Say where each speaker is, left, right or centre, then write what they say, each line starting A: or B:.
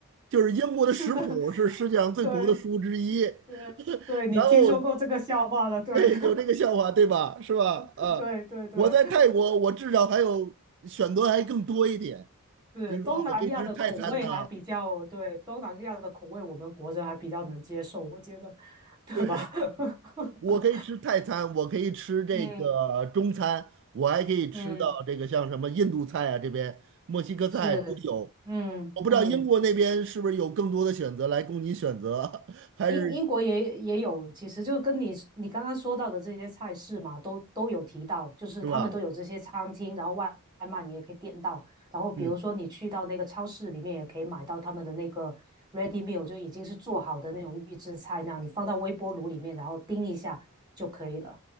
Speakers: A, on the right; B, on the right.
A: 就是英国的食谱是世界上最薄的书之一。
B: 是的，<laughs> 对对对，你听说过这个笑话了？
A: 然后，
B: 对的
A: 对，有这个笑话，对吧？是吧？
B: <laughs>
A: 啊，
B: 对对对，
A: 我在泰国，我至少还有选择还更多一点，
B: 是东南亚的口味还比较，
A: 比如说我可以吃泰餐呐、
B: 对，东南亚的口味我们国人还比较能接受，我觉得，对吧？
A: 对，
B: <laughs>
A: 我可以吃泰餐，我可以吃这个中餐，
B: 嗯
A: 我还可以吃到这个像什么印度菜啊，
B: 嗯，
A: 这边墨西哥菜都有。
B: 是，嗯嗯。
A: 我不知道英国那边是不是有更多的选择来供你选择，<laughs> 还是
B: 英英国也也有，其实就跟你你刚刚说到的这些菜式嘛，都都有提到，就是他们都有这些餐厅，
A: 是吧？
B: 然后外外卖你也可以点到，然后比如说你去到那个超市里面也可以买到他们的那个
A: 嗯，
B: ready meal，就已经是做好的那种预制菜那样，你放到微波炉里面，然后叮一下就可以了。